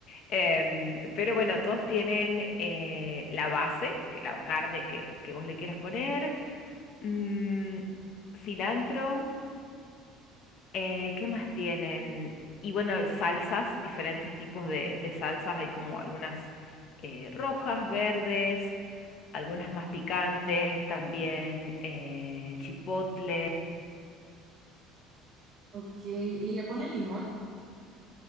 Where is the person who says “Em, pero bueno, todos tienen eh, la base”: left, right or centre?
Left